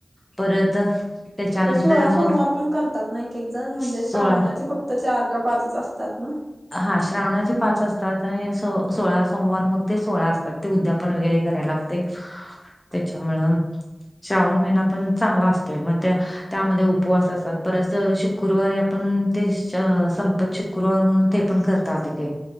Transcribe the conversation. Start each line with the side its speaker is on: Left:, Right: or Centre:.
Left: परत. त्याच्यानंतर
Right: पण सोळा
Left: मग
Right: सोमवार पण करतात ना एक एक जण म्हणजे
Left: सोळा
Right: श्रावणाची फक्त चार का पाचच असतात ना.
Left: हा श्रावणाचे पाच असतात आणि स सोळा सोमवार मग ते सोळा असतात ते उद्यापन वगैरे करायला लागतात. ते त्याच्यामुळं. श्रावण महिना पण चांगला असतोय मग त्या त्यामध्ये उपवास असतात परत शुक्रवारी आपण ते श संपत शु शुक्रवार म्हणून ते पण करतात ते काही